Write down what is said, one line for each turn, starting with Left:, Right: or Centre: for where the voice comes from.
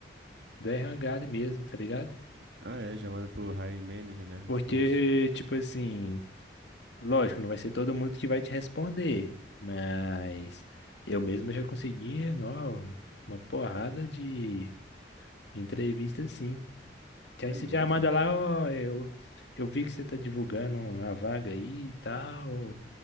Left: do RH ali mesmo, tá ligado?
Right: ah, é, chamada pro hiring manager, né?
Left: Porque,
Right: Tipo isso.
Left: tipo assim, lógico, não vai ser todo mundo que vai te responder, mas eu mesmo já consegui, não, uma porrada de entrevista assim. Que
Right: É
Left: aí você
Right: mesmo?
Left: já manda lá, ó, eu, eu vi que você tá divulgando a vaga aí e tal.